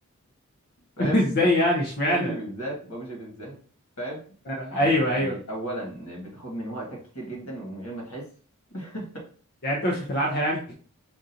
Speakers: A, on the left (about 75°); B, on the left (about 45°).
A: فاهم
B: <laughs> ازاي يعني اشمعنى
A: بابجي بالذات بابجي بالذات فاهم
B: آه،
A: يعني
B: ايوه ايوه
A: اولا بتاخد من وقتك كتير جدا ومن غير ما تحس <laughs>
B: يعني انت مش بتلعبها يعني